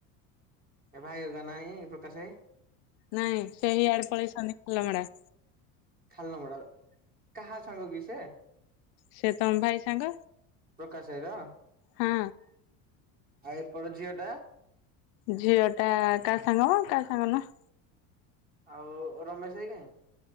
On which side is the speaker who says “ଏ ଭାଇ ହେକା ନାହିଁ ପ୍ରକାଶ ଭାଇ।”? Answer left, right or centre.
Right